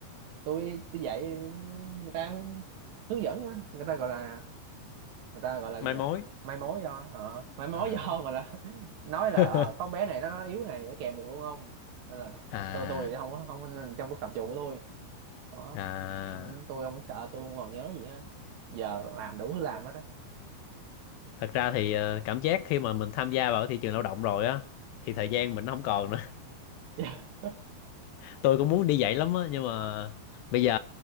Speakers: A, on the right; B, on the left.
A: tôi tôi dạy người ta hướng, hướng dẫn á người ta gọi là người ta gọi là
B: mai
A: gì nhỉ
B: mối
A: mai mối do ờ, mai mối
B: à
A: do mà là <laughs> nói là
B: <laughs>
A: ờ, con bé này nó, nó yếu này nó kèm được không không nên là
B: à
A: tôi tôi thì không có không có- trong cái phạm trù của tôi đó
B: à
A: Ừ, tôi không sợ tôi không còn nhớ gì hết giờ làm đủ thứ làm hết á
B: thật ra thì ờ, cảm giác khi mà mình tham gia vào cái thị trường lao động rồi á thì thời gian mình nó không còn nữa
A: <laughs>
B: tôi cũng muốn đi dạy lắm á nhưng mà bây giờ